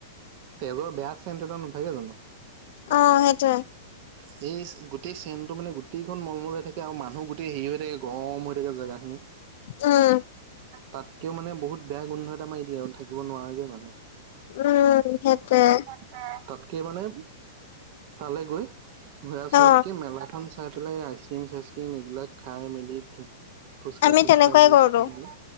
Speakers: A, on the right; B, on the left.
A: তেজৰ বেয়া চেণ্ট এটা নাথাকে জানো
B: অ সেইটোয়ে
A: তেজ গোটেই চেনটো মানে গোটেইখন মলমলাই থাকে আৰু মানে গোটেই হেৰি হৈ থাকে গৰম হৈ থাকে জেগাখিনি
B: উম
A: তাতকেও মানে বহুত বেয়া গোন্ধ এটা মাৰি দিয়ে আৰু থাকিব নোৱাৰে যে মানুহ
B: উম সেইটোৱে
A: আ তাতকে মানে তালৈ গৈ বেয়া চোৱাতকে
B: অ
A: মেলাখন চাই পেলাই আইক্সিম চাইক্সিম উম এইবিলাক খাই মেলি ফুচকা
B: আমি
A: চুচকা
B: তেনেকুৱাই
A: এইবিলাক
B: কৰিলো
A: খাই মেলি